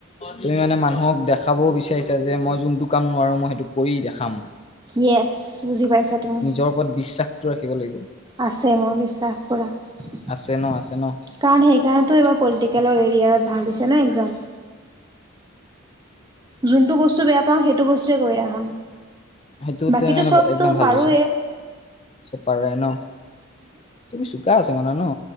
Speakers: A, on the left; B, on the right.
A: তুমি মানে মানু অ', দেখাব বিচাৰিছো যে মই যোনটো কাম নোৱাৰো মই সেইটো কৰি দেখাম।
B: য়েছ বুজি পাইছা তুমি।
A: নিজৰ ওপৰত বিশ্বাসটো ৰাখিব লাগিব।
B: আছে মোৰ বিশ্বাস পুৰা। কাৰণ
A: আছে ন আছে ন
B: সেইকাৰণেতো এইবাৰ পলিটিকেলৰ এৰিয়াত ভাল হৈছে ন একজাম। যোনটো বস্তু বেয়া পাওঁ সেইটো বস্তুৱে কৰি দেখাম।
A: সেইটোতে
B: বাকীতো
A: মানে
B: চবতো
A: এক্জাম ভাল
B: পাৰুৱেই।
A: হৈছে চব পাৰায়ে ন তুমি চোকা আছা মানে ন।